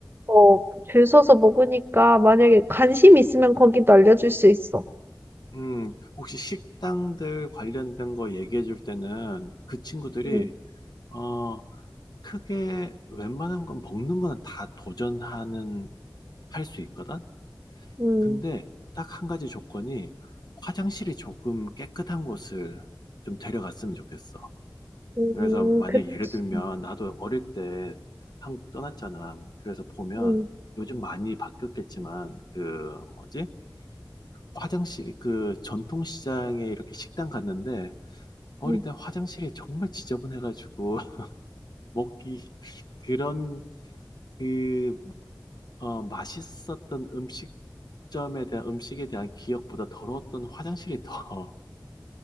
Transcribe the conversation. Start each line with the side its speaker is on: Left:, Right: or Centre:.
Right: 어, 줄 서서 먹으니까 만약에 관심 있으면 거기도 알려줄 수 있어.
Left: 음, 혹시 식당들 관련된 거 얘기해 줄 때는 그 친구들이,
Right: 음,
Left: 어, 크게 웬만한 건 먹는 거는 다 도전하는, 할 수 있거든?
Right: 음,
Left: 근데 딱 한 가지 조건이 화장실이 조금 깨끗한 곳을 좀 데려갔으면 좋겠어.
Right: 음,
Left: 그래서 만약
Right: 그치.
Left: 예를 들면
Right: 음,
Left: 나도 어릴 때 한국 떠났잖아. 그래서 보면
Right: 음.
Left: 요즘 많이 바뀌었겠지만 그 뭐지? 화장실 그 전통시장에 이렇게 식당 갔는데 어릴
Right: 음.
Left: 때 화장실이 정말 지저분해가지고 <laughs> 먹기 그런 그 어, 맛있었던 음식점에 대한 음식에 대한 기억보다 더러웠던 화장실이 더 <laughs>